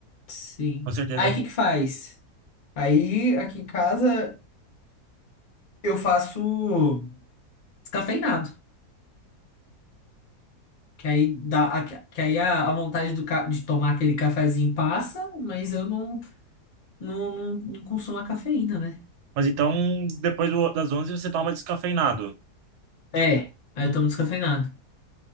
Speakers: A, on the left (about 45°); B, on the right (about 80°).
A: sim.
B: com certeza.
A: Aí, o que que faz? Aí, aqui em casa, eu faço Descafeinado. Que aí, dá, a- que aí a, a vontade do, ca- de tomar aquele cafezinho passa, mas eu não, não, não, não consumo a cafeína, né?
B: Mas então, depois do- das onze você toma descafeinado.
A: É, aí
B: Hum.
A: eu tomo descafeinado.